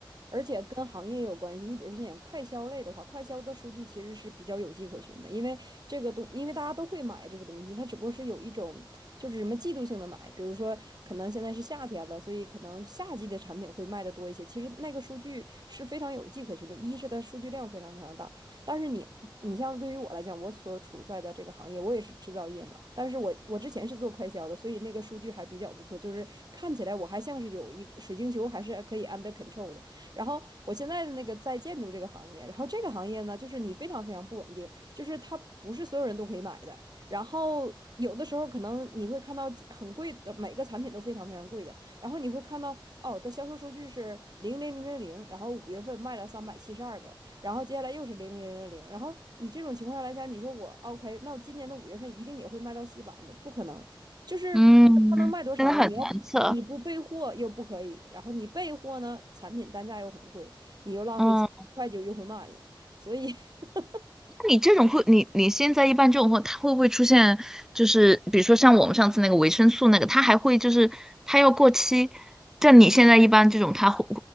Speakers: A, on the right; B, in the centre.
A: 而且跟行业也有关系。你比如说，像快消类的话，快消的数据其实是比较有迹可循的，因为这个东，因为大家都会买这个东西，它只不过是有一种就是什么季度性的买，比如说可能现在是夏天了，所以可能夏季的产品会卖的多一些。其实那个数据是非常有迹可循的，一是它数据量非常非常大。但是你，你像对于我来讲，我所处在的这个行业，我也是制造业嘛。但是我我之前是做快销的，所以那个数据还比较不错，就是看起来我还像是有一个水晶球，还是可以 under control 的。然后我现在的那个在建筑这个行业，然后这个行业呢，就是你非常非常不稳定，就是它不是所有人都可以买的。然后有的时候可能你会看到很贵的，每个产品都非常非常贵的。然后你会看到哦，的销售数据是零零零零零，然后五月份卖了三百七十二个，然后接下来又是零零零零零，然后你这种情况下来讲，你说我 OK，那我今年的五月份一定也会卖到四百吗？不可能，就是
B: 嗯，
A: 它能卖多少呢？
B: 真的很难测。
A: 你要你不备货又不可以，然后你备货呢，产品单价又很贵，你又浪费钱，
B: 嗯，
A: 会计又会骂你，所以 <laughs>
B: 那你这种会，你你现在一般这种会，它会不会出现，就是比如说像我们上次那个维生素那个，它还会就是它要过期，但你现在一般这种它会